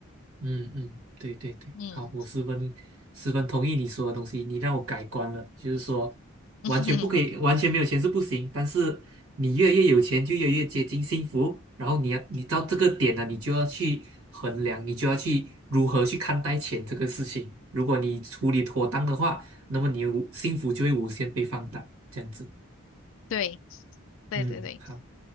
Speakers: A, on the right; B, on the left.
A: 嗯嗯，对对对，
B: 嗯，
A: 好，我十分十分同意你说的东西，你让我改观了，就是说完全不可以，
B: <laughs>
A: 完全没有钱是不行，但是你越来越有钱就越来越接近幸福，然后你要你到这个点了，你就要去衡量，你就要去如何去看待钱这个事情。如果你处理妥当的话，那么你的无幸福就会无限被放大，这样子。
B: 对对对对，
A: 嗯，好，